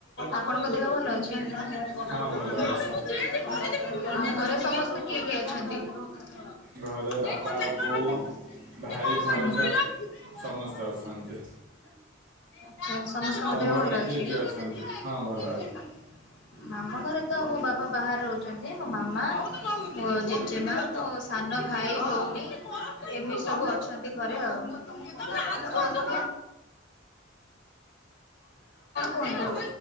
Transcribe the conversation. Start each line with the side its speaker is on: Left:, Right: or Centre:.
Left: ଆପଣଙ୍କ ଦେହ ଭଲ ଅଛି। ଘରେ
Right: ହଁ ଭଲ
Left: ସମସ୍ତେ
Right: ଅଛି
Left: କିଏ କିଏ ଅଛନ୍ତି ଏଇ
Right: ଘରେ
Left: ପଚାଶ
Right: ବାପା
Left: ହବ
Right: ବୋଉ
Left: ତ
Right: ଭାଇ ଭାଉଜ
Left: କଣ
Right: ସମସ୍ତେ
Left: ଆଛା
Right: ଅଛନ୍ତି
Left: ସମସ୍ତ ଙ୍କ ଦେହ
Right: ତମ ଘରେ କିଏ
Left: ଭଲ
Right: କିଏ ଅଛନ୍ତି? ହଁ
Left: ଅଛି
Right: ଭଲ
Left: ମାମ ଘରେ ତ ମୋ ବାପା ବାହାରେ ରହୁଛନ୍ତି ମୋ ମାମା ମୋ ଜେଜେମା ମ ସାନ ଭାଇ ଭଉଣୀ ଏମିତି ସବୁ ଅଛନ୍ତି ଘରେ ଆଉ ଆଚ୍ଛା ଆଉ କଣ କୁହନ୍ତୁ
Right: ଆଉ